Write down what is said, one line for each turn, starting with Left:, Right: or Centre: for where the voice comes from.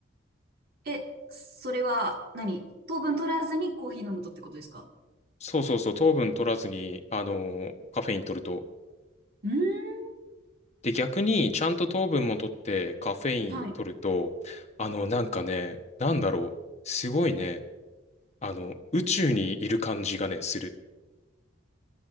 Right: う。え、それは何、糖分取らずにコーヒー飲むとってことですか
Left: そうそうそう、糖分取らずに、あのーカフェイン取ると。
Right: うーん。
Left: で、逆にちゃんと糖分も取ってカフェイン取ると、
Right: はい。
Left: あの、なんかね、なんだろう。すごいね、あの、宇宙にいる感じがね、する。